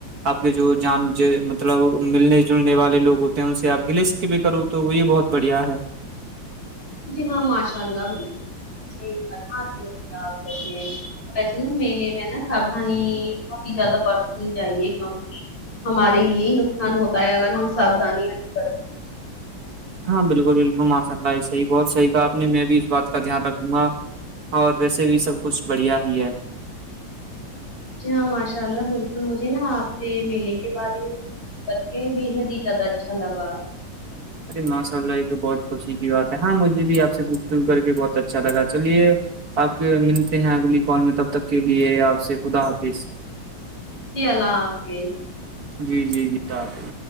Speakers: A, on the right; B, on the left.
A: آپ کے جو جان مطلب ملنے جلنے والے لوگ ہوتے ہیں ان سے آپ کے لے سک بھی کروں تو وہ یہ بہت بڑھیا ہے
B: جی ہاں ماشاء اللہ بالکل صحی فرما رہی ہو آپے ویسے نا میلے میں نا ساھانی بہت ہی زیادہ برتنی چاہیے کیونکہ ہمارے لیے ہی نقصان ہوتا ہے اگر ہم ساابدانیاں کر
A: ہاں بالکل بالکل ماشاء اللہ یہ صحی بہت صحیح کہ آپ نے میں بھی اس بات کا دھیان رکھوں گا اور ویسے بھی سب کچھ بڑھیا ہی ہے
B: جی ہاں ماشاء اللہ بالکل مجھے نا آپ سے میلے کے بعد ہی بکے بے حد ہی زیادہ اچھا لگا
A: ارے ماشاء اللہ یہ تو بہت خوشی کی بات ہے ہاں مجھے بھی آ سے گپتپ کر کے بہت اچھا لگا چلیے آپ ملتے ہیں اگلی کال میں تب تک کے لیے آپ سے خدا حافظ
B: جی اللہ حافظ
A: جی جی جی ر